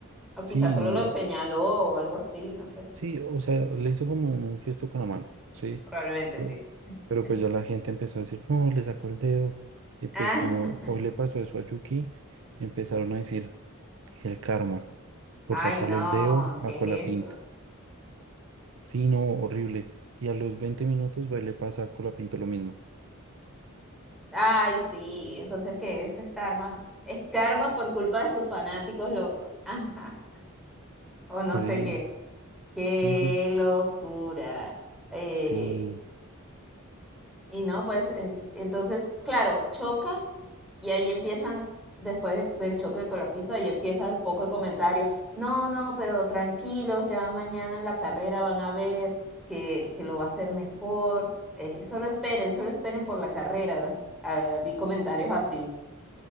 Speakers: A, in the centre; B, on the right (about 65°).
A: o
B: Sí,
A: quizás solo
B: n-
A: lo señaló o algo así, no sé,
B: sí, o sea, le hizo como un gesto con la mano, sí.
A: probablemente
B: Pero,
A: sí.
B: pero
A: <laughs>
B: pues ya la gente empezó a decir, no, le sacó el dedo. Y pues
A: Ah,
B: como hoy le pasó eso a Yuki, empezaron a decir el karma por
A: Ay,
B: sacarle
A: no,
B: el dedo a
A: ¿qué
B: Colapinto.
A: es eso?
B: Sí, no, horrible. Y a los 20 minutos va y le pasa a Colapinto lo mismo.
A: Ay, sí, entonces, ¿qué Eso es karma. Es karma por culpa de sus fanáticos locos. <laughs> Ajá, o no
B: Sí,
A: sé qué. Qué
B: sí, pues
A: locura. Eh,
B: sí,
A: y no, pues, eh, entonces, claro, choca. Y ahí empiezan, después de- del choque de Colapinto, ahí empieza el poco de comentarios. No, no, pero tranquilos, ya mañana en la carrera van a ver que, que lo va a hacer mejor. eh, solo esperen, solo esperen por la carrera. Ah, vi comentarios así.